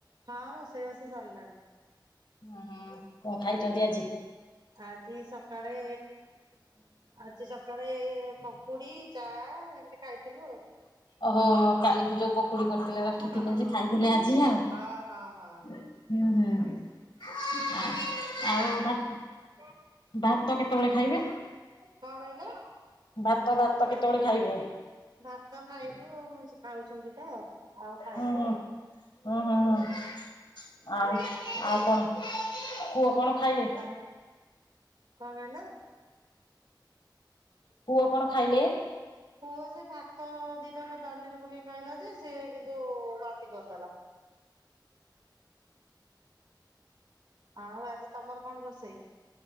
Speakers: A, on the right (about 70°); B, on the left (about 85°).
A: ହଁ ରୋଷେଇ ବାସ ସରିଲାଣି।
B: ଓ ହଁ କଣ ଖାଇଚନ୍ତି ଆଜି?
A: ଆଜି ସକାଳେ ଆଜି ସକାଳେ ପକୁଡି, ଚା ଏମିତି ଖାଇଥିଲୁ ଆଉ।
B: ଓହୋ କାଲିଠୁ ଯୋଉ ପ କୁଡି କରିଥିଲେ ରଖିଥିଲେ
A: ଆଉ।
B: ଯେ ଖାଇଥିଲେ ଆଜି ଆଉ।
A: ହଁ ହଁ ହଁ
B: ଉଁ ହୁଁ। ଆ-ଆଉ ଭାତ
A: ଆ
B: ଭାତ କେତେବେଳେ ଖାଇବେ?
A: କହିଲେ?
B: ଭାତ, ଭାତ କେତେବେଳେ ଖାଇବେ?
A: ଭାତ ଖାଇବୁ ଆଉ ସେ ଖାଉଚନ୍ତି ତ। ଆଉ ଖାଇବୁ
B: ହଁ ହଁ
A: ଆଉ।
B: ହଁ ହଁ ହଁ ଆଉ ଆଉ କଣ ପୁଅ କଣ ଖାଇଲେ?
A: ତମ କଣ କହିଲ?
B: ପୁଅ କଣ ଖାଇଲେ?
A: ପୁଅ ସେ ଭାତ ଦିଟା ଡାଲିରେ ପକେଇକ ଖାଇଲା ଯେ ସେ କିନ୍ତୁ ବାନ୍ତି କରିଦେଲା। ଆଉ ଆଜି ତମର କଣ ରୋଷେଇ?